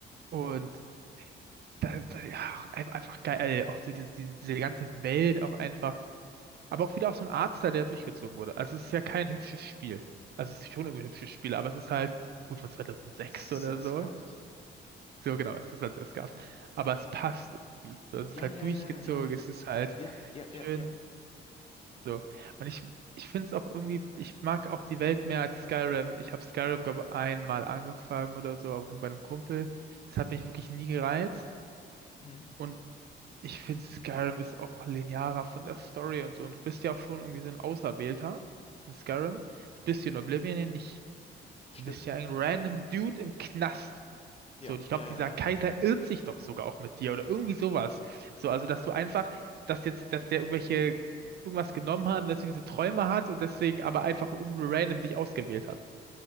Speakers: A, on the right; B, on the left.
A: und da, da, ja, auch ein- einfach geil, auch so diese, diese, diese ganze Welt auch einfach. Aber auch wieder auch so ein Artstyle, der durchgezogen wurde. Also es ist ja kein hübsches Spiel. Also es ist schon irgendwie ein hübsches Spiel, aber es ist halt gut von 2006
B: sehr
A: oder so.
B: scuffed.
A: So genau, es ist als es gab. Aber es passt irgendwie. So, es
B: Ja,
A: ist halt
B: ja,
A: durchgezogen,
B: ja, ja,
A: es ist halt
B: ja, ja,
A: schön,
B: ja, ja, ja.
A: So. Und ich, ich finde es auch irgendwie, ich mag auch die Welt mehr als Skyrim. Ich habe Skyrim, glaube ich, einmal angefangen oder so, aber nur bei einem Kumpel. Es hat mich wirklich nie gereizt.
B: Mhm.
A: Und ich finde, Skyrim ist auch linearer von der Story und so. Und du bist ja auch schon irgendwie so ein Auserwählter in Skyrim. Das bist du in Oblivion ja nicht.
B: Stimmt.
A: Du bist ja ein random Dude im Knast.
B: Ja,
A: So, und ich glaube,
B: ja,
A: dieser
B: ja, ja.
A: Kaiser irrt sich doch sogar auch mit dir oder irgendwie sowas. So, also dass du einfach, dass jetzt, dass der irgendwelche irgendwas genommen hat, und dass er diese Träume hat und deswegen aber einfach irgendwie random dich ausgewählt hat.